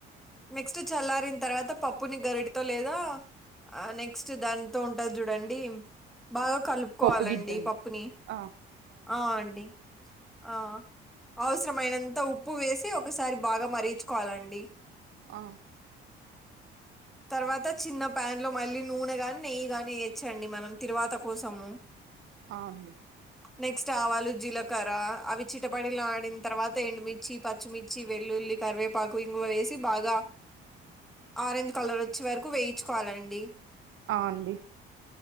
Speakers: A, in the centre; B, on the right.
A: నెక్స్ట్ చల్లారిన్ తర్వాత పప్పుని గరిటతో లేదా ఆ నెక్స్ట్ దాన్తో ఉంటద్ జుడండి బాగా కలుప్ కోవాలండి
B: పప్పు గిద్దండి
A: పప్పుని
B: ఆ
A: ఆ అండి ఆ అవసరమైనంత ఉప్పు వేసి ఒకసారి బాగా మరిగిచ్చుకోవాలండి
B: ఆ
A: తర్వాత చిన్న పాన్ లో మళ్ళీ నూనె గాన్ నెయ్యి గానీ ఏయోచ్చండి మనం తిరువాత కోసము
B: ఆ అండి
A: నెక్స్ట్ ఆవాలు జీలకర్ర అవి చిటపడిలాడిన తర్వాత ఎండుమిర్చి పచ్చ చ్చిమిర్చి వెల్లుల్లి కరివేపాకు ఇంగువ వేసి బాగా ఆరెంజ్ కలర్ వచ్చే వరకు వేయిచుకోవాలండి
B: ఆ అండి